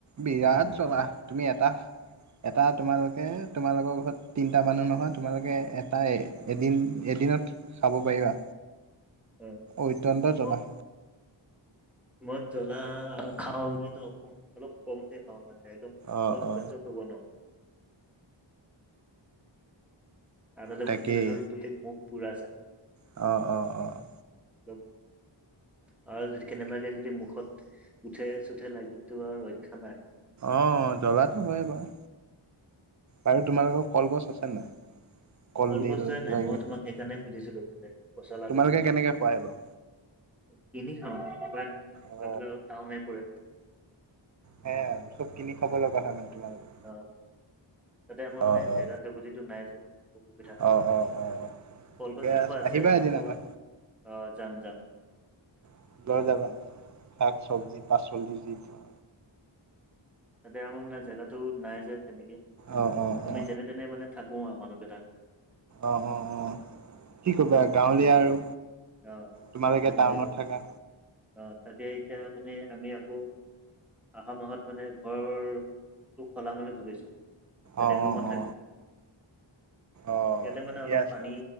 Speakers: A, on the right (about 40°); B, in the centre.
A: বিৰাট জ্বলা! তুমি এটা এটা তোমালোকে, তোমালোকৰ ঘৰত তিনিটা মানুহ নহয়, তোমালোকে এটাই এদিন এদিনত খাব পাৰিবা,
B: অ
A: অত্যন্ত জ্বলা।
B: মই মই জ্বলা খাওঁ বুলিতো অলপ কমকে খাওঁ, মানে একদম
A: অ
B: মই সহ্য
A: অ
B: কৰিব নোৱাৰোঁ। আৰু যে
A: তাকেই
B: ভোতজলকীয়াতো, গোটেই মুখ পুৰা যায়।
A: অঁ', অঁ', অঁ'।
B: <unintelligible> আৰু যদি কেনেবাকে যদি মুখত উঠে চুঠে লাগিলটো আৰু ৰক্ষা নাই।
A: অঁ', জ্বলাটো হয় বাৰু, বাৰু তোমালোকৰ কলগছ আছেনে নাই? কলডিল
B: কলগছতোহে
A: কিবা
B: নাই, মই
A: কিবি
B: তোমাক সেইকাৰণে সুধিছিলো মানে। পচলাটো
A: তোমালোকে কেনেকে খোৱা এইবোৰ?
B: কিনি খাওঁ উপাই নাই আমাৰ
A: অ
B: এফালে অলপ তাউনে পৰে।
A: সেইয়াই আৰু চব কিনি খাব লগা হয় মানে তোমালোকৰ।
B: অ', তাতে আমাৰ
A: অ
B: মানে
A: অ
B: জেগাত জেগতিটো নাইযে, অসুবিধা।
A: অ', অ', অ'।
B: কলগছ
A: ঠিকে
B: এজোপা আছে
A: আহিবা
B: তাকো,
A: এদিন আমাৰ
B: আহ যাম যাম।
A: ঘৰত লৈ যাবা, শাক চব্জি পাচলি যি পোৱা।
B: তাতে আমাৰ মানে জেগাটো নাই যে তেনেকে,
A: অ অ
B: আমি
A: অ
B: যেনে তেনে মানে থাকো আৰু মানুহকেইটা।
A: অ', অ', অ'। কি ক'বা, গাওঁলীয়া আৰু
B: অ
A: তোমালোকে
B: উপায় নাই
A: টাউনত থাকা।
B: অ', তাতে এতিয়া মানে আমি আকৌ আহা মাহত মানে ঘৰ তো সলাম বুলি ভাবিছো। বেলেগ
A: অ
B: ৰুমত
A: অ
B: থাকিম।
A: অ
B: ইয়াতে
A: অ ঠিকে
B: মানে অলপ
A: আছে
B: পানী